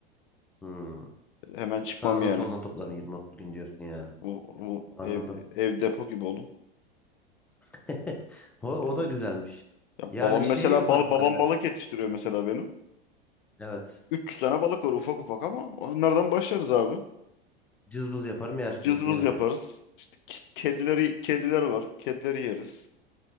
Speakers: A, in the centre; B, on the left.
A: Hı.
B: Hemen çıkmam
A: Sağdan
B: yani.
A: soldan toplarım 20-30 gün diyorsun yani.
B: Bu, bu
A: Anladım.
B: ev, ev depo gibi oğlum.
A: <laughs> O, o
B: Yani.
A: da güzelmiş.
B: Ya
A: Yani
B: babam
A: şey
B: mesela
A: yaparım
B: bal, babam
A: ben de.
B: balık yetiştiriyor mesela benim.
A: Evet.
B: 300 tane balık var ufak ufak ama onlardan başlarız abi.
A: Cızbız yaparım yersin
B: Cızbız
A: yerim
B: yaparız.
A: diyorsun.
B: İşte k- kedileri kediler var. Kedileri yeriz.